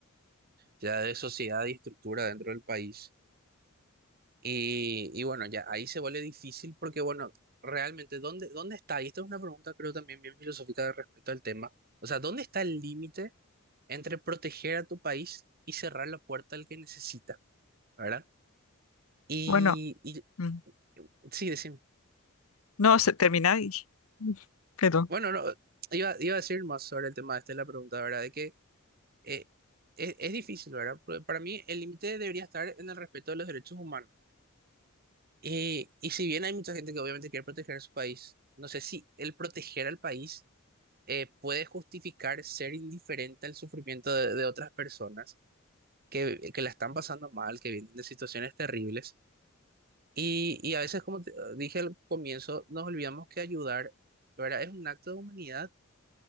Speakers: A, on the right; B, on the left.
A: ya de sociedad y estructura dentro del país. Y, y bueno, ya ahí se vuelve difícil porque, bueno, realmente, ¿dónde, dónde está? Y esta es una pregunta creo también bien filosófica de respecto al tema. O sea, ¿dónde está el límite entre proteger a tu país y cerrar la puerta al que necesita? ¿Verdad? Y,
B: Bueno,
A: y
B: mm,
A: sí, decimos,
B: no, se termina y mm, perdón.
A: bueno, no, iba, iba a decir más sobre el tema, esta es la pregunta, ¿verdad? De que eh, es, es difícil, ¿verdad? Pero para mí el límite debería estar en el respeto de los derechos humanos. Y, y si bien hay mucha gente que obviamente quiere proteger a su país, no sé si el proteger al país eh, puede justificar ser indiferente al sufrimiento de, de otras personas que, que la están pasando mal, que vienen de situaciones terribles. Y, y a veces, como te- dije al comienzo, nos olvidamos que ayudar, ¿verdad? Es un acto de humanidad